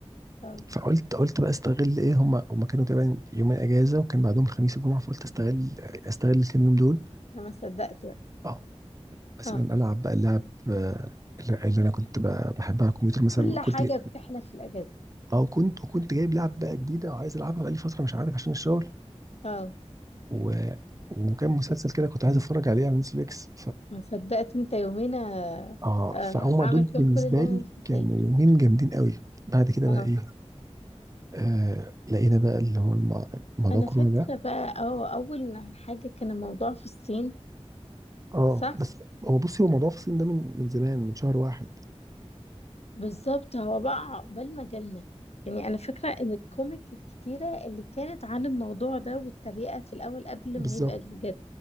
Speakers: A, on the left; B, on the right.
A: اه
B: فقلت قلت بقى استغل ايه هم هم كانوا تقريبا يومين اجازه وكان بعدهم الخميس والجمعه فقلت استغل استغل الكام يوم دول
A: أنا ما صدقت بقى
B: اه مثلا
A: اه
B: العب بقى اللعب آه، اللي اللي انا كنت ب- بحبها على الكمبيوتر مثلا
A: كل
B: وكنت
A: حاجه
B: جاي-
A: بتحلف في الاجازه
B: اه وكنت وكنت جايب لعب بقى جديده وعايز العبها بقى لي فتره مش عارف عشان الشغل
A: اه
B: و... وكان مسلسل كده كنت عايز اتفرج عليه على نتفليكس
A: ما صدقت انت يومين آه،
B: اه
A: آه،
B: فهم
A: اعمل
B: دول
A: فيهم
B: بالنسبه
A: كل اللي انا
B: لي
A: نفسي فيه
B: كانوا يومين جامدين قوي بعد كده
A: اه
B: بقى ايه آه لقينا بقى اللي هو الم- موضوع
A: انا
B: كورونا
A: فاكره
B: ده
A: بقى اه اول حاجه كان الموضوع في الصين
B: اه
A: صح
B: بس هو بصي هو موضوع في الصين ده من من زمان من شهر واحد
A: بالظبط هو بقى عقبال ما جالنا يعني انا فاكره ان الكوميك الكتيره اللي كانت عن الموضوع ده والتريقه في الاول قبل
B: بالظبط
A: ما يبقى الجد